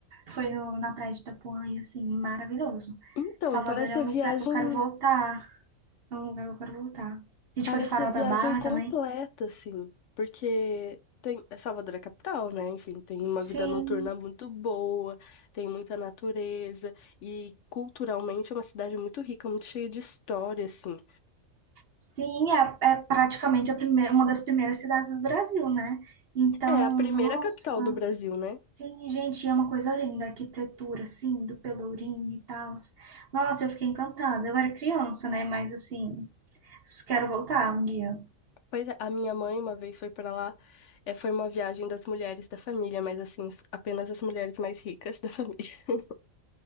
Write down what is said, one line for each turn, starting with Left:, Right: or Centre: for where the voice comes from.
Right: foi no, na Praia de Itapuã, e, assim, maravilhoso.
Left: Então,
Right: Salvador
Left: parece
Right: é um
Left: a viagem.
Right: lugar que eu quero voltar. É um lugar que eu quero voltar. A gente
Left: Parece
Right: foi no Farol
Left: a viagem
Right: da Barra
Left: completa,
Right: também.
Left: assim, porque tem é Salvador é capital, né? Enfim, tem uma vida
Right: Sim,
Left: noturna muito boa, tem muita natureza e culturalmente é uma cidade muito rica, muito cheia de história, assim.
Right: sim, é, é praticamente a primeira, uma das primeiras cidades do Brasil, né? Então,
Left: É a primeira
Right: nossa,
Left: capital do Brasil, né?
Right: Sim, gente, é uma coisa linda, a arquitetura, assim, do Pelourinho e tal. Nossa, eu fiquei encantada. Eu era criança, né? Mas, assim, quero voltar um dia.
Left: Pois é, a minha mãe uma vez foi pra lá, é, foi uma viagem das mulheres da família, mas assim, apenas as mulheres mais ricas da família. <laughs>